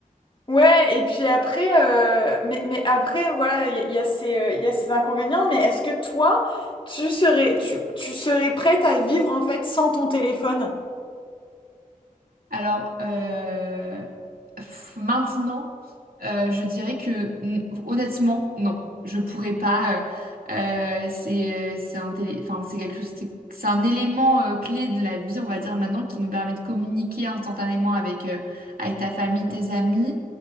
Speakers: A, on the left (about 35°); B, on the right (about 85°).
A: Ouais, et puis après, euh, mais, mais après, voilà, il y, a il y a ces, euh, il y a ces inconvénients, mais est-ce que toi, tu serais, tu, tu serais prête à vivre en fait sans ton téléphone?
B: Alors, euh, pff, maintenant, euh, je dirais que n- honnêtement, non, je pourrais pas. euh, euh, c'est euh, c'est un télé, enfin c'est quelque chose, c'est c'est un élément euh, clé de la vie, on va dire maintenant, qui nous permet de communiquer instantanément avec euh, avec ta famille, tes amis,